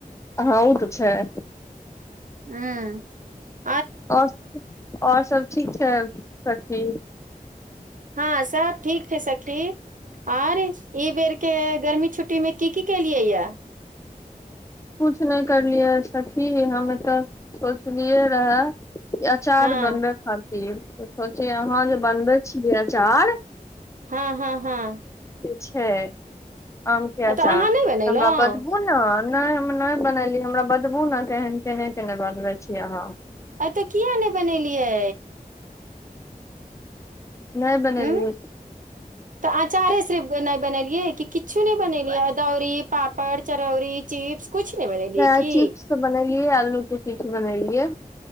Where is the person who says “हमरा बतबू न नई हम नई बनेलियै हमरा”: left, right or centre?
Left